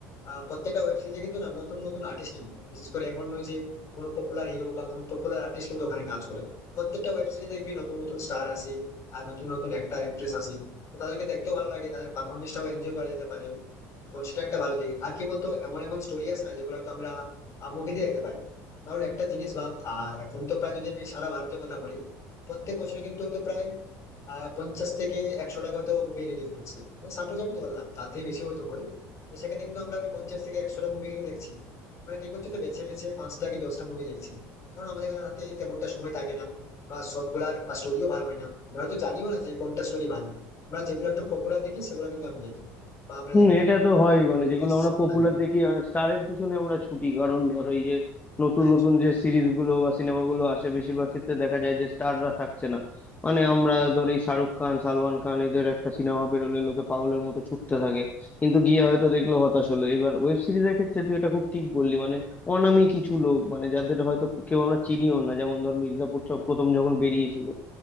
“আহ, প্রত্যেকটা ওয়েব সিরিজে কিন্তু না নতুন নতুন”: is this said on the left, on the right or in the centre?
Left